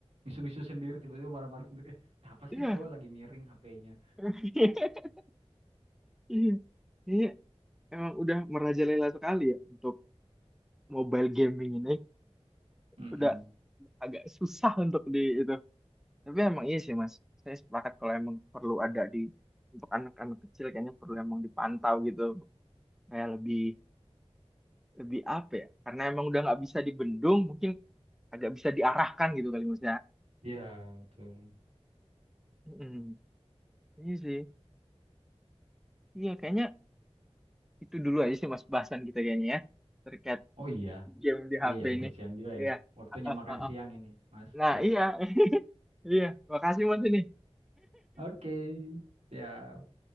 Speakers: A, on the right; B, in the centre.
A: misu-misu sendiri, tiba-tiba marah-marah sendiri. Eh, Kenapa
B: Iya.
A: sih? Oh, lagi miring HP-nya.
B: <laughs> Iya. Ini emang udah merajalela sekali ya untuk mobile gaming ini.
A: Mm-mm.
B: Udah agak susah untuk di itu. Tapi emang iya sih Mas. Saya sepakat kalau emang perlu ada di untuk anak-anak kecil kayaknya perlu emang dipantau gitu. Kayak lebih lebih apa ya? Karena emang udah nggak bisa dibendung, mungkin agak bisa diarahkan gitu kali Mas ya.
A: Iya, betul.
B: Mm-mm. Iya sih. Iya, kayaknya itu dulu aja sih mas bahasan kita kayaknya ya terkait
A: Oh iya,
B: game di
A: Iya
B: HP
A: ya udah
B: ini
A: siang juga ya.
B: iya
A: Waktunya
B: Ah, ah,
A: makan
B: ah, ah.
A: siang ini, Mas.
B: nah
A: Ya.
B: iya <laughs> iya makasih mas ini
A: Oke, siap.